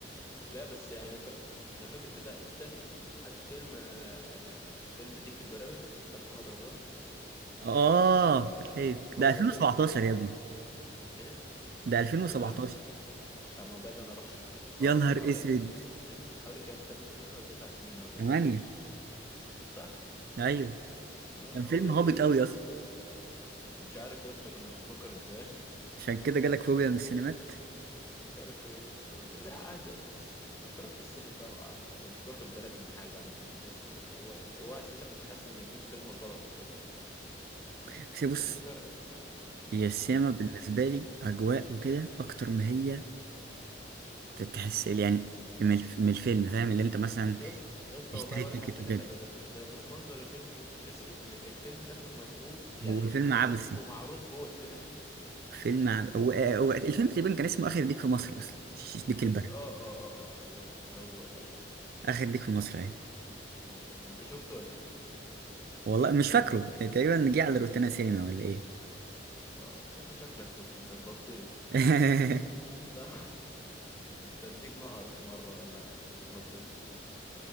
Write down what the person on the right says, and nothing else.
اه ايوه
ده 2017
يا ابني
ده 2017
يا
نهار
اسود
8
ايوه
كان فيلم
هابط قوي
اصلا
عشان كده جالك فوبيا من السينمات
بس بص
هي السينما
بالنسبه لي اجواء وكده اكتر ما هي تحس يعني من الف- من الفيلم فاهم اللي انت مثلا
تشتري
تيكت
وكده
هو
فيلم عبثي
فيلم عب... هو... آه، هو الفيلم تقريبا كان اسمه اخر ديك في مصر اصلا مش
ديك
البر
اخر ديك في مصر اهي
والله مش فاكره يعني تقريبا جه على روتانا سينما ولا ايه
<laughs>